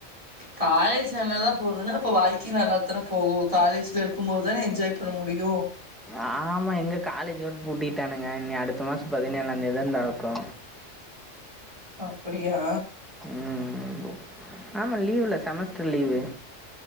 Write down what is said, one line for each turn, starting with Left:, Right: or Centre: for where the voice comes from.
Right: காலேஜ் செம்மதா போதுனா அப்ப வாழ்க்கையு நல்லாத்தான போகு காலேஜ்ல இருக்கும் போதுதானே என்ஜாய் பண்ண முடியு
Centre: ஆமா எங்க காலேஜ் வேற பூட்டிட்டானுங்க இனி அடுத்த மாச பதினேழாந்தேதிதா தொரக்கு
Right: அப்டியா
Centre: உம் ஆமா லீவ்ல செமஸ்டர் லீவு